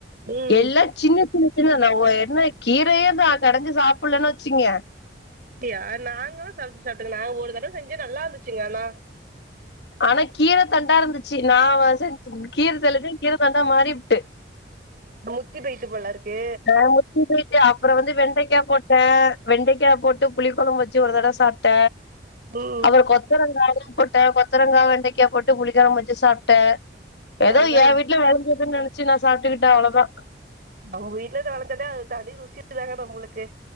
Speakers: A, on the right (about 55°); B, on the left (about 70°).
A: ம்
B: எல்ல சின்ன சின்ன சின்ன நாங்க என்ன கீரயே நா கடைஞ்சு சாப்டலன் வச்சுகங்க
A: அப்டியா நாங்கல்லா சமச்சு சாப்ட்டோங்க நாங்க ஒரு தடவ செஞ்ச நல்லாருந்துச்சுங்க ஆனா
B: ஆனா கீர தண்டா இருந்துச்சு நா வ செஞ்சு கீர தெளிச்சு கீர தண்டா மாறி புட்டு
A: முத்தி போய்ட்டு போலருக்கு
B: ஆ முத்தி போயிட்டு அப்ற வந்து வெண்டைக்கா போட்ட வெண்டைக்கா போட்டு பு ளி கொழம்பு வச்சு ஒரு தடவ சாப்ட்ட
A: ம்
B: அதோட கொத் தரங்காய்லா போட்ட கொத்தரங்கா வெண்டைக்கா போட்டு புளிக் கொழம்பு வச்சு சாப்ட்ட எதோ
A: அதா
B: ஏன் வீட்ல விளஞ்சதுன் நெனச்சு நா சாப்ட்டுக்கிட்ட அவ்ளதா
A: நம்ப வீட்லத வெளஞ்சத அது தனி ருசிதான நம்பளுக்கு